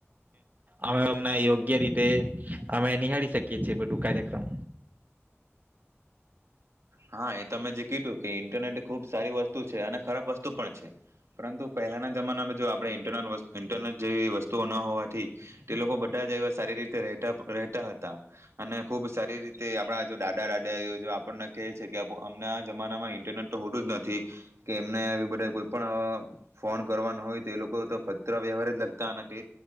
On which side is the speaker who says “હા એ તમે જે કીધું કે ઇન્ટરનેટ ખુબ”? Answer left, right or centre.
Right